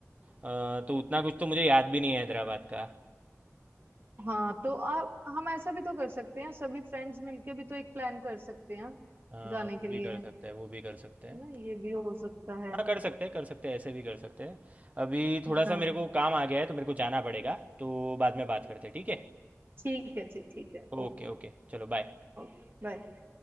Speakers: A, on the right (about 30°); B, on the right (about 45°).
A: अ, तो उतना कुछ तो मुझे याद भी नहीं है हैदराबाद का
B: हाँ तो आप हम ऐसा भी तो कर सकते हैं सभी फ्रेंड्स मिलके भी तो एक प्लान कर सकते हैं
A: हाँ
B: जाने
A: वो
B: के
A: भी
B: लिए
A: कर
B: है
A: सकते हैं वो भी कर सकते हैं
B: ना ये भी हो सकता है
A: हाँ कर सकते हैं कर सकते हैं ऐसे भी कर सकते हैं अभी थोड़ा सा
B: हाँ
A: मेरे को काम आ गया है तो मेरे को जाना पड़ेगा तो बाद में बात करते हैं ठीक है
B: ठीक है जी ठीक है
A: ओके
B: ओके
A: ओके चलो बाय
B: Okay bye